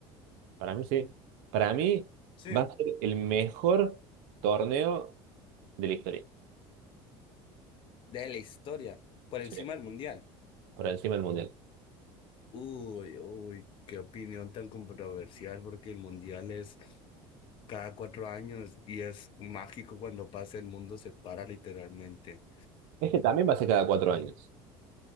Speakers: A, on the right; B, on the left.
A: Para mí sí. Para mí
B: Sí.
A: va a ser el mejor torneo de la historia,
B: De la historia, por encima
A: sí,
B: del Mundial.
A: por encima del Mundial.
B: Uy, uy, qué opinión tan controversial porque el mundial es cada cuatro años y es mágico cuando pasa, el mundo se para literalmente.
A: Este también va a ser cada cuatro
B: Ah,
A: años,